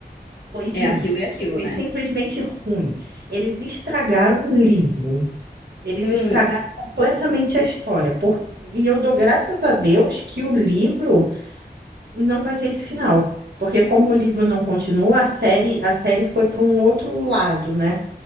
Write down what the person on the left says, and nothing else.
É aquilo e aquilo,
né?
Putz.